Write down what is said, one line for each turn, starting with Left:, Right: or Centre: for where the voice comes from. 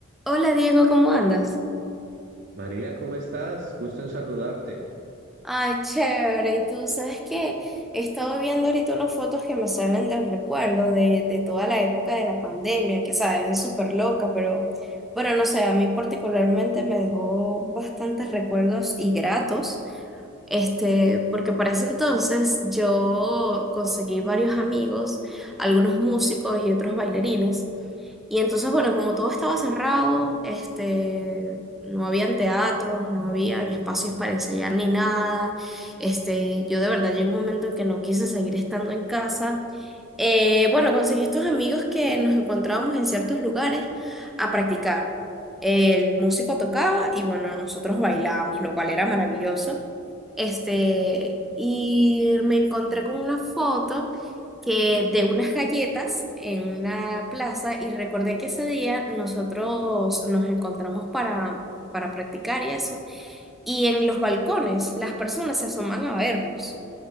Centre: Hola Diego, ¿cómo andas?
Right: María, ¿cómo estás? Gusto en saludarte.
Centre: Ay, chévere. Y tú sabes que he estado viendo ahorita unas fotos que me salen del recuerdo de, de toda la época de la pandemia, que sabes, es súper loca, pero bueno, no sé, a mí particularmente me dejó bastantes recuerdos y gratos, este, porque para ese entonces yo conseguí varios amigos, algunos músicos y otros bailarines. Y entonces, bueno, como todo estaba cerrado, este, no habían teatros, no habían espacios para ensayar ni nada. Este, yo de verdad llegó un momento en que no quise seguir estando en casa. Eh, bueno, conseguí estos amigos que nos encontrábamos en ciertos lugares a practicar. El músico tocaba y bueno, nosotros bailábamos, lo cual era maravilloso. Este, y me encontré con una foto que de unas galletas en una plaza y recordé que ese día nosotros nos encontramos para, para practicar y eso. Y en los balcones las personas se asoman a vernos.